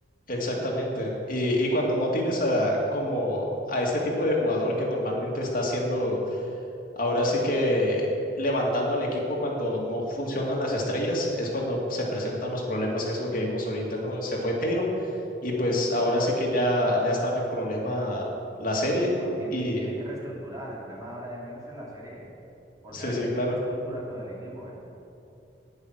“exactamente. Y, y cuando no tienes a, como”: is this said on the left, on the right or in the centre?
Left